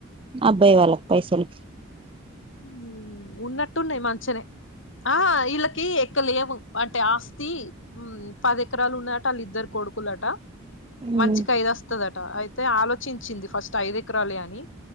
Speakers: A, on the right (about 25°); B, on the left (about 60°).
A: అబ్బాయి వాళ్ళకి పైసలు
B: ఉ ఉన్నట్టు ఉన్నాయి మంచిగనే ఆ వీళ్ళకి ఎక్కవలేవు అంటే ఆస్తి పది ఎకరాలు ఉన్నాయట వాళ్ళ ఇద్దరు కొడుకులట మంచికి
A: ఉమ్
B: ఐదు వస్తదట అయితే ఆలోచించింది ఫస్ట్ ఐదు ఎకరాలే అని